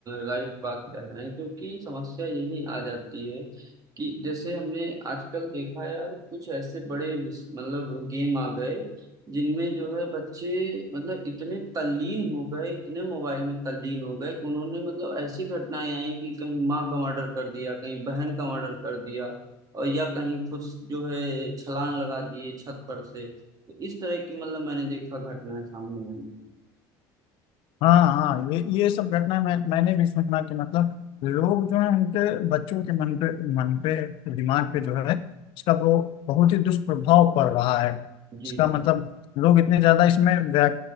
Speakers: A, on the right; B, on the left.
A: राइट बात कह रहे हैं क्योंकि समस्या यही आ जाती है कि जैसे हमने आजकल देखा यार कुछ ऐसे बड़े विस- मतलब गेम आ गए जिनमें जो है बच्चे मतलब इतने तल्लीन हो गए इतने मोबाइल में तल्लीन हो गए कि उन्होंने मतलब ऐसी घटनाएं आई कि कहीं माँ का मर्डर कर दिया कहीं बहन का मर्डर कर दिया और या कहीं कुछ जो है छलांग लगा दिए छत पर से तो इस तरह की मतलब मैंने देखा घटनाएं सामने आई हैं।
B: हाँ हाँ ये ये सब घटनाएं मैं, मैंने भी सुना कि मतलब लोग जो है उनके बच्चों के मन पे मन पे दिमाग पे जो है इसका वो बहुत ही दुष्प्रभाव पड़ रहा है
A: जी
B: इसका
A: जी
B: मतलब लोग इतने ज्यादा इसमें व्या-